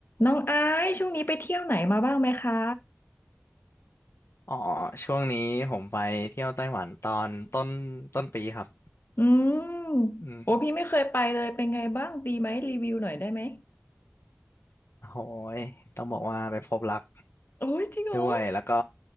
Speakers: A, on the left; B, on the left.
A: น้องไอซ์ช่วงนี้ไปเที่ยวไหนมาบ้างไหมคะ
B: อ๋อช่วงนี้ผมไปเที่ยวไต้หวันตอนต้นต้นปีครับ
A: อืม
B: อืม
A: โอ้พี่ไม่เคยไปเลยเป็นไงบ้างดีไหมรีวิวหน่อยได้ไหม
B: โหยต้องบอกว่าไปพบรัก
A: โอ้ยจริงเหรอ
B: ด้วยแล้วก็